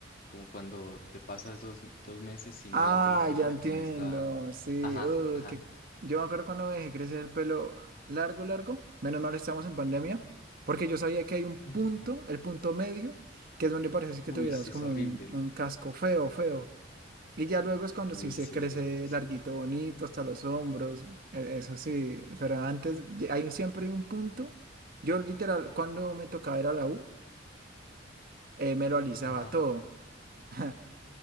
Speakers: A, on the left; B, on the right.
A: como cuando te pasas dos, dos meses sin ir
B: Ah,
A: a la peluquería,
B: ya entiendo.
A: que no está...
B: Sí,
A: Ajá,
B: uh,
A: ajá.
B: que yo me acuerdo cuando me dejé crecer el pelo largo, largo. Menos mal estamos en pandemia, porque yo sabía que hay un punto,
A: <laughs>
B: el punto medio, que es donde parece que
A: Uy,
B: tuvieras
A: sí,
B: como
A: es horrible.
B: un, un casco feo, feo. Y ya luego es cuando
A: Uy,
B: sí se
A: sí,
B: crece
A: sí.
B: larguito, bonito, hasta los hombros. e- Eso sí, pero antes ya hay siempre un punto. Yo literal, cuando me tocaba ir a la U, eh, me lo alisaba
A: Ajá, ajá.
B: todo. <laughs>